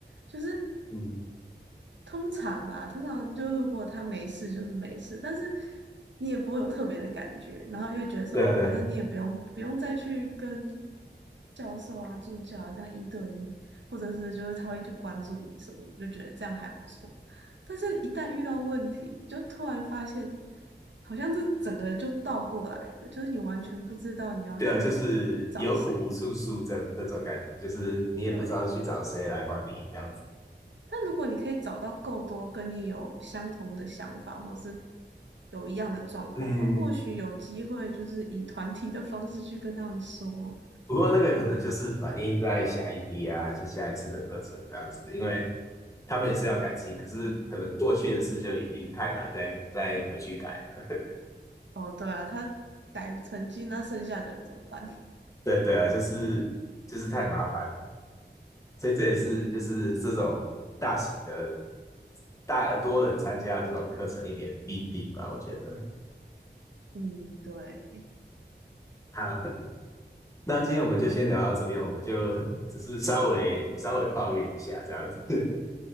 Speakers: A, on the right; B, on the left.
A: 就是
B: 嗯
A: 通常啦，通常就如果他没事就是没事，但是你也不会有特别的感觉，然后又觉得说哦，
B: <laughs>，对啊，对啊，
A: 反正你也不用不用再去跟教授啊、助教啊这样一对一，或者是就是他会去关注你什么的，就觉得这样还不错。但是，一旦遇到问题，就突然发现好像这整个就倒过来了，就是你完全不知道你要去找谁。
B: 对啊，就是有苦无处诉这这种感觉，就是你也不知道去找谁来帮你这样子。
A: 对，那如果你可以找到够多跟你有相同的想法，或是有一样的状况那或许有机会就是以团体的方式去跟他们说。
B: 嗯，不过那个可能就是反映在下一批啊，还是下一次的课程这样子，因为他们也是要改进，可是可能过去的事就已经太难再再回去改了。
A: 哦，对啊，他改成绩，那剩下的人怎么办？
B: 对对啊，就是就是太麻烦了，所以这也是就是这种大型的大多人参加这种课程一点弊病吧，我觉得。
A: <laughs> 嗯，对。
B: 好，那今天我们就先聊到这边，我们就只是稍微稍微抱怨一下这样子。